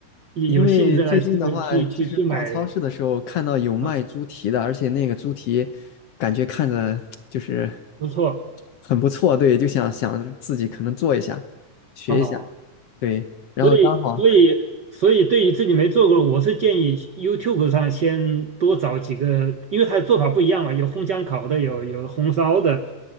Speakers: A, on the right; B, on the left.
A: 有有兴致了去去去去买
B: 因为最近的话，就是逛超市的时候看到有卖猪蹄的，
A: 啊？
B: 而且那个猪蹄感觉看着就是
A: 不错
B: 很不错，对，就想想着自己可能做一下，学一下。
A: 啊。
B: 对，然后刚好，
A: 所以，所以，所以，对于自己没做过的，我是建议 YouTube 上先多找几个，因为它的做法不一样嘛，有烘箱烤的，有有红烧的，